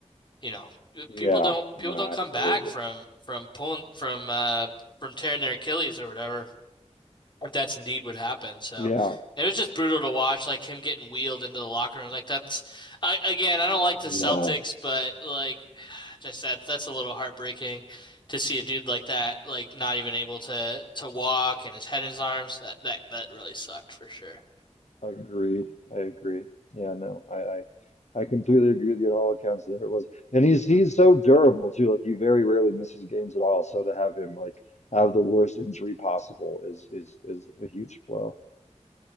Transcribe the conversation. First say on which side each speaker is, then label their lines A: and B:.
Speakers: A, on the left; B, on the left.
A: you know, uh,
B: Yeah,
A: people don't
B: no,
A: people don't
B: absolutely.
A: come back from from pulling from uh from tearing their Achilles or whatever if that's indeed what happened. So
B: Yeah,
A: it was just brutal to watch, like him getting wheeled into the locker room. Like that's I, again, I don't
B: I
A: like the
B: know.
A: Celtics, but like <sighs> just that that's a little heartbreaking to see a dude like that, like not even able to to walk and his head in his arms. That that that really sucked for sure.
B: Agreed. I agree. Yeah, no, I, I I completely agree with you on all accounts. There it was, and he's he's so durable too. Like he very rarely misses games at all. So to have him like have the worst injury possible is is is a huge blow.